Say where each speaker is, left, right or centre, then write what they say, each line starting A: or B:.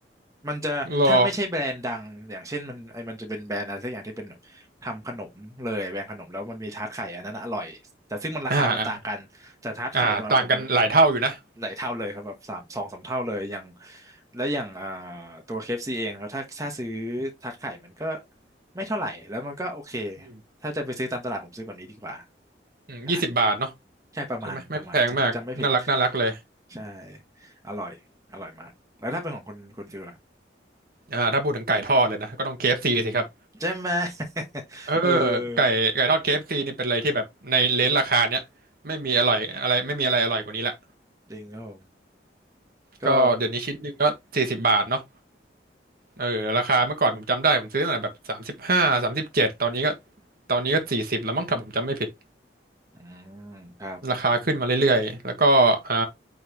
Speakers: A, on the right; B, on the right.
A: มันจะถ้าไม่ใช่แบรนด์ดังอย่างเช่นมันไอมันจะเป็นแบรนด์อะไรสักอย่างที่เป็นแบบทำขนมเลยแบรนด์ขนมแล้วมันมีทาร์ตไข่อันนั้นอร่อยแต่ซึ่งมันราคามันต่างกันแต่ทาร์ตไข่สำหรับผมมัน
B: รออ่าอ่าอ่าต่างกันหลายเท่าอยู่นะ
A: หลายเท่าเลยครับแบบสามสองสามเท่าเลยอย่างแล้วอย่างอ่าตัวเคเอฟซีเองครับถ้าถ้าซื้อทาร์ตไข่มันก็ไม่เท่าไหร่แล้วมันก็โอเค
B: อืม
A: ถ้าจะไปซื้อตามตลาดผมซื้อแบบนี้ดีกว่า
B: อืมยี่สิบบาทเนาะ
A: ใช่ใช่ประมาณประมาณใช่ผมจำไม่ผิด
B: ใช่ไหม ไม่แพงมาก น่ารักน่ารักเลย
A: ใช่อร่อยอร่อยมากแล้วถ้าเป็นของคุณคุณฟิลล่ะ
B: อ่าถ้าพูดถึงไก่ทอดเลยนะก็ต้อง KFC สิครับ
A: ใช่ไหม <laughs>
B: เออ
A: เอ
B: ไก่ไก่ทอด
A: อ
B: KFC นี่เป็นอะไรที่แบบในเลนจ์ราคาเนี้ยไม่มีอร่อยอะไรไม่มีอะไรอร่อยกว่านี้ละ
A: จริงครับผมก็
B: ก็เดี๋ยวนี้ชิ้นหนึ่งก็สี่สิบบาทเนาะเออราคาเมื่อก่อนผมจำได้ผมซื้อตั้งแต่แบบสามสิบห้าสามสิบเจ็ดตอนนี้ก็ตอนนี้ก็สี่สิบแล้วมั้งถ้าผมจำไม่ผิด
A: อืมครับ
B: ราคาขึ้นมาเรื่อยๆแล้วก็อ่า